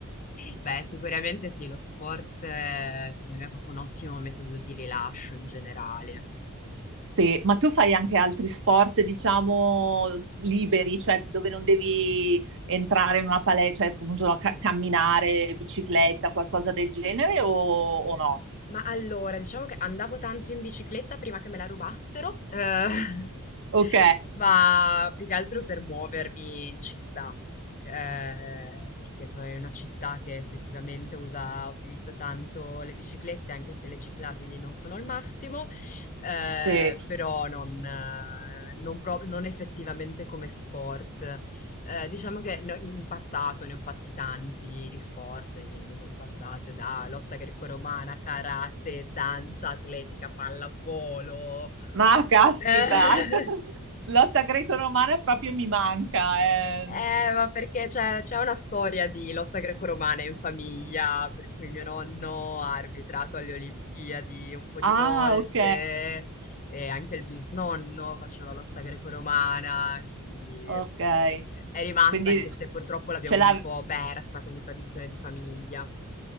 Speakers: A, on the left; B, on the right.
A: Beh, sicuramente sì, lo sport eh, secondo me è proprio un ottimo metodo di rilascio in generale.
B: Sì, ma tu fai anche altri sport, diciamo, liberi, cioè dove non devi entrare in una palestra, cioè appunto no, ca- camminare, bicicletta, qualcosa del genere o, o no?
A: Ma allora, diciamo che andavo tanto in bicicletta prima che me la rubassero, eh, <laughs>
B: Ok.
A: ma più che altro per muovermi in città, eh, perché sono in una città che effettivamente usa, utilizza tanto le biciclette, anche se le ciclabili non sono il massimo, eh,
B: Sì.
A: però non, eh, non pro- non effettivamente come sport. Eh, diciamo che no- in passato ne ho fatti tanti di sport, quindi sono passate da lotta greco-romana, karate, danza atletica, pallavolo.
B: Ma caspita,
A: <laughs>
B: <laughs> lotta greco-romana proprio mi manca. eh.
A: Eh, ma perché c'è c'è una storia di lotta greco-romana in famiglia, per cui mio nonno ha arbitrato alle Olimpiadi un po' di
B: Ah,
A: volte
B: ok,
A: e anche il bisnonno faceva lotta greco-romana, quindi
B: ok.
A: eh, è rimasta,
B: Quindi
A: anche se purtroppo l'abbiamo
B: ce l'ha-
A: un po' persa come tradizione di famiglia.